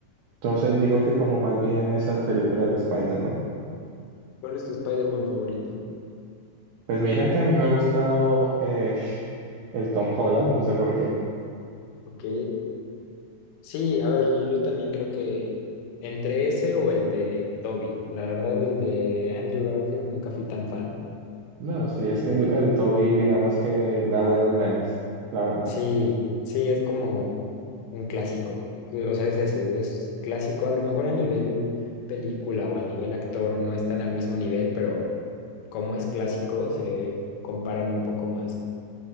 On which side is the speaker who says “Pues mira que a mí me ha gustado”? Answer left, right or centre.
Right